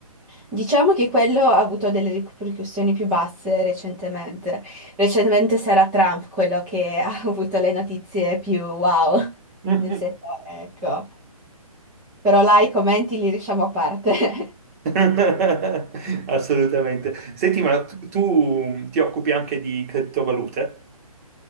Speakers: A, in the centre; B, on the right.
A: Diciamo che quello ha avuto delle ripercussioni più basse recentemente. Recentemente sarà Trump quello che ha <laughs> avuto le notizie più wow
B: Mm-mm.
A: nel settore, ecco. Però là i commenti li lasciamo a parte. <laughs>
B: <laughs> Assolutamente. Senti, ma tu, tu ti occupi anche di criptovalute?